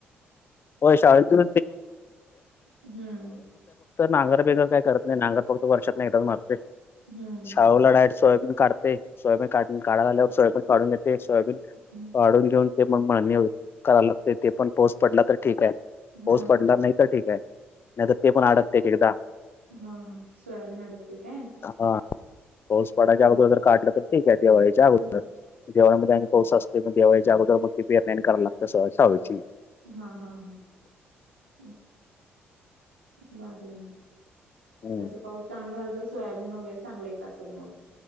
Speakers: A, on the left; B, on the right.
A: <unintelligible> तर
B: हम्म
A: नांगर बिगर काय करत नाही. नांगर फक्त वर्षातून एकदाच मारते.
B: हम्म
A: शाळुला डायरेक्ट सोयाबीन काढत- ते सोयाबीन काढ काढायला आल्यावर सोयाबीन काढून घेते. सोयाबीन
B: हम्म
A: काढून घेऊन ते पण मळणी करा लागते ते पण पाऊस पडला तर ठीक आहे.
B: हा
A: पाऊस पडला नाही तर ठीक आहे. नाही तर ते पण अडकते एकदा.
B: हा हा सोयाबीन अडकते काय
A: हा पाऊसपाडाच्या
B: हम्म,
A: अगोदर जर काढलं तर ठीक आहे दिवाळीच्या अगोदर.
B: हम्म.
A: दिवाळीमध्ये आणि पाऊस असतोय मग दिवाळीच्या अगोदर मगत्या पेरण्या कराय लागत्यात शाळूची.
B: हा हा हा भारी आहे ना.
A: हम्म.
B: जसं पाऊस चांगला झालं तर सोयाबीन वगैरे चांगलं येत असेल मग